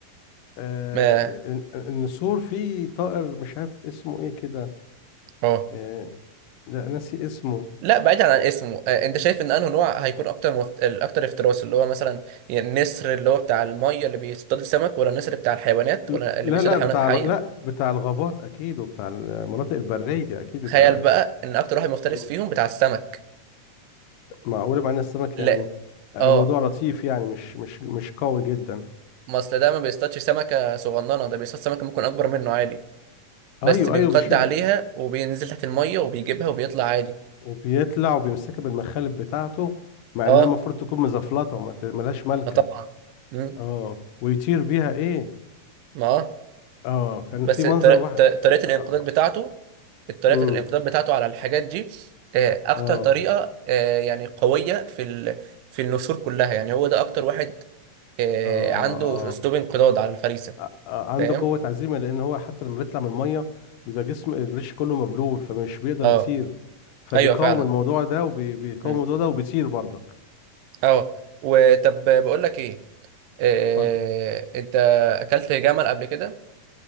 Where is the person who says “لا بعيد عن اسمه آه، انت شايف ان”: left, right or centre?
Right